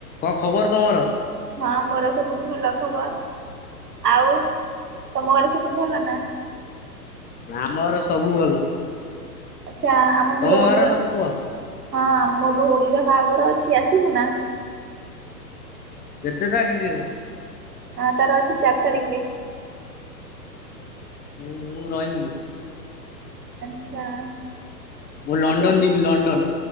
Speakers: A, on the left; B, on the right.
A: କଣ ଖବର ତମର?
B: ହଁ ମୋର ସବୁ ଭଲ ଖବର ଆଉ ତମ ଘର ସବୁ ଭଲ ନା?
A: ଆମ ଘର ସବୁ ଭଲ
B: ଆଚ୍ଛା ଆମ
A: ତମ
B: ଭଉଣୀର
A: ଘରେ ସବୁ କୁହ
B: ହଁ ଆମ ଭଉଣୀର ବାହାଘର ଅଛି ଆସିବୁ ନା?
A: କେତେ ତାରିଖ ଦିନ?
B: ଆଁ ତାର ଅଛି ଚାର ତାରିଖରେ।
A: ମୁଁ ମୁଁ ରହିବିନି।
B: ଆଚ୍ଛା।
A: ମୁଁ ଲଣ୍ଡନ
B: ଆଉ ତୁ
A: ଯିବି ଲଣ୍ଡନ।